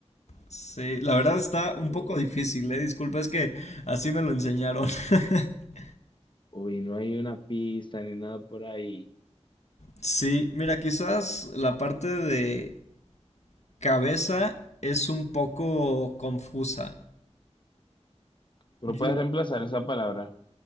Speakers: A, on the left; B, on the left.
A: Sí, la verdad está
B: Uh,
A: un poco difícil, eh. Disculpa, es que así me lo enseñaron. <laughs>
B: uy, no hay una pista ni nada por ahí.
A: Sí, mira, quizás la parte de cabeza es un poco confusa.
B: Tú no
A: Yo-
B: puedes reemplazar esa palabra.